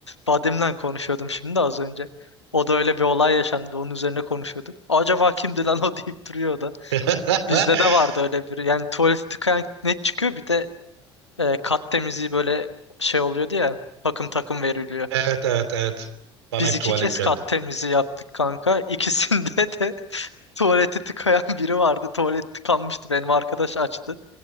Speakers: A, on the left; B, on the right.
A: badim'den <laughs> konuşuyordum şimdi de az önce. O da öyle bir olay yaşandı. Onun üzerine konuşuyorduk. Acaba kimdi lan o <laughs> deyip duruyor o da.
B: <laughs>
A: Bizde de vardı öyle biri. Yani tuvalet tıkayan net çıkıyor. Bir de e, kat temizliği böyle şey oluyordu ya. Takım takım veriliyor.
B: Evet evet evet. Bana
A: Biz
B: hep
A: iki
B: tuvalet
A: kez
B: geldi.
A: kat temizliği yaptık kanka. İkisinde de <laughs> tuvaleti tıkayan biri vardı. Tuvalet tıkanmıştı. Benim arkadaş açtı.